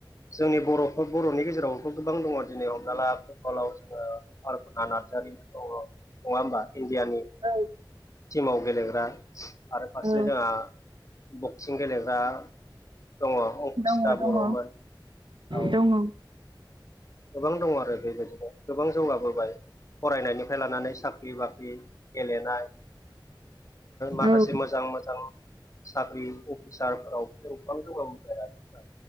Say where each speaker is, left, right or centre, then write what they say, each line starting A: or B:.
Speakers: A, on the left; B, on the right.
A: जोंनि बर'फोर बर'नि गेजेरावबोथ' गोबां दङ दिनै हमना ला <unintelligible> जोङो अरपना नार्जारि
B: <inaudible>
A: दङ नङा होनबा इण्डियानि
B: औ
A: टिमाव गेलेग्रा आरो फारसे
B: औ
A: जोंहा बक्सिं गेलेग्रा दङ अंकुसिता
B: दङ दङ
A: बर'मोन औ
B: दङ
A: गोबां दं आरो बेबायदिनो गोबां जौगाबोबाय फरायनायनिफ्राय लानानै साख्रि बाख्रि गेलेनाय माखासे
B: औ
A: मोजां मोजां साख्रि अफिसारफोरावबो जों गोबां जौगाबोबाय आरो नोंथां